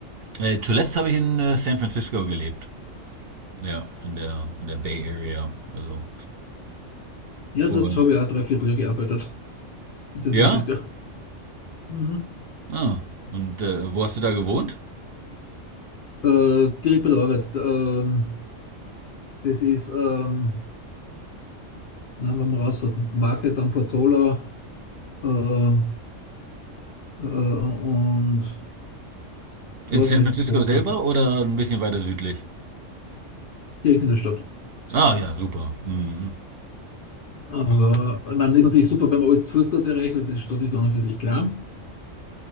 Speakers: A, on the right; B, on the left.
A: Äh, zuletzt habe ich in äh, San Francisco gelebt. Ja, in der, in der Bay Area. Also.
B: Ja,
A: Und,
B: dort habe ich auch drei Vierteljahr gearbeitet. In San
A: ja?
B: Francisco. Mhm.
A: Ah, und äh, wo hast du da gewohnt?
B: Äh, die Rippe der Arbeit. Ähm, das ist, ähm, nein, wenn man rausfährt, Market am Portola äh, äh, und vor
A: In San
B: Westport.
A: Francisco selber
B: Ja,
A: oder ein bisschen weiter südlich?
B: direkt in der Stadt.
A: Ah, ja, super. Mhm.
B: Aber ich meine, das ist natürlich super, wenn man alles zu Fuß dort erreicht, weil die Stadt ist an und für sich klein